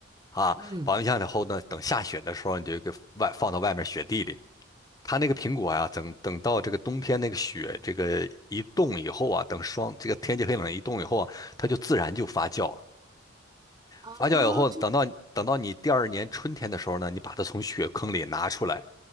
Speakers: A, on the left; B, on the right.
A: 啊，
B: 嗯
A: 保温箱以后呢，等下雪的时候，你就给外放到外面雪地里。它那个苹果啊，等等到这个冬天那个雪这个一冻以后啊，等霜这个天气很冷一冻以后啊，它就自然就发酵了。
B: 啊，
A: 发酵以后，
B: 这样子
A: 等到等到你第二年春天的时候呢，你把它从雪坑里拿出来，